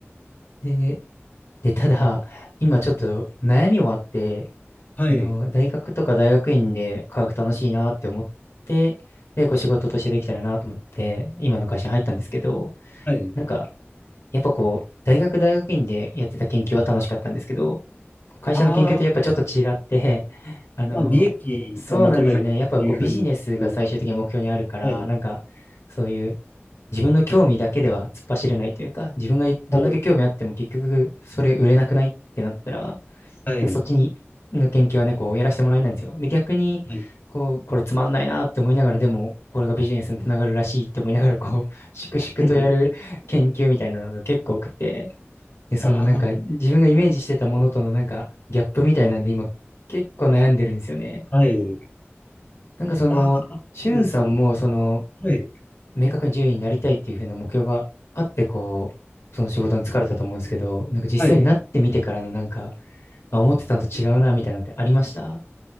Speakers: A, on the left; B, on the left.
A: で、で、ただ、今ちょっと悩みもあって、
B: はい。
A: その、大学とか大学院で科学楽しいなって思って、で、こう仕事としてできたらなと思って、今の会社に入ったんですけど、
B: はい。
A: なんか、やっぱこう、大学大学院でやってた研究は楽しかったんですけど、会社の研究ってやっぱちょっと違って、
B: ああー、
A: <laughs> あの、
B: まあ、利益を求めるっていうふうにする。
A: そうなんですよね。やっぱこうビジネスが最終的に目標にあるから、
B: はい。
A: なんか、そういう自分の興味だけでは突っ走れないというか、自分がいどんだけ興味あっても結局それ売れなくないってなったら、
B: そう。
A: なん
B: はい。
A: かそっちにの研究はね、こうやらせてもらえないんですよ。で、逆に、
B: はい。
A: こう、これつまんないなって思いながら、でも、これがビジネスにつながるらしいって思いながら、こう、粛々とやる研究みたいなのが結構多くて、
B: <laughs>
A: で、そのなんか自分がイメージしてたものとのなんかギャップみたいなんで今結構悩んでるんですよね。
B: ああ、まあ、はい。
A: なんかその、
B: まあ、
A: しゅんさんもその、
B: そうですよね。はい。
A: 明確に獣医になりたいっていうふうな目標があって、こう、その仕事に疲れたと思うんですけど、なんか実際になってみてからのなんか、
B: はい。
A: あ、思ってたのと違うな、みたいなのってありました